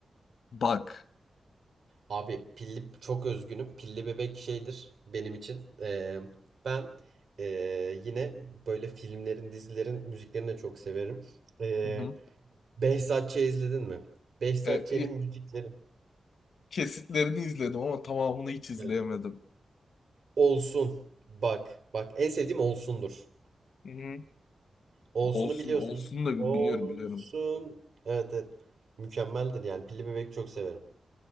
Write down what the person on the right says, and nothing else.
Abi pilli çok özgünüm. Pilli bebek şeydir benim için. Ee, ben ee, yine böyle filmlerin, dizilerin müziklerini de çok severim. Ee,
Behzat Ç. izledin mi? Behzat
Ç'nin
müzikleri.
Evet. Olsun. Bak. Bak en sevdiğim Olsun'dur.
Olsun'u
biliyorsun.
Olsun.
Evet evet. Mükemmeldir yani. Pilli bebek çok severim.